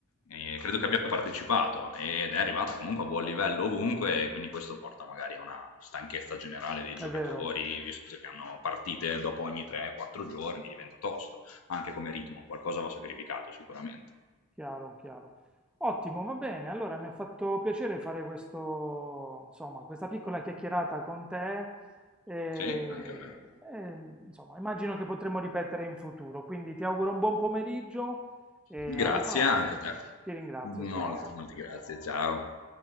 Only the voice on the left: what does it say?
eh, credo che abbia partecipato ed è arrivata comunque a buon livello ovunque, e quindi questo porta magari a una stanchezza generale dei giocatori,
visto che hanno partite dopo ogni 3-4 giorni, diventa tosto, anche come ritmo, qualcosa va sacrificato sicuramente.
Sì, anche
a me.
Grazie
anche
a te.
Molto,
molti grazie, ciao.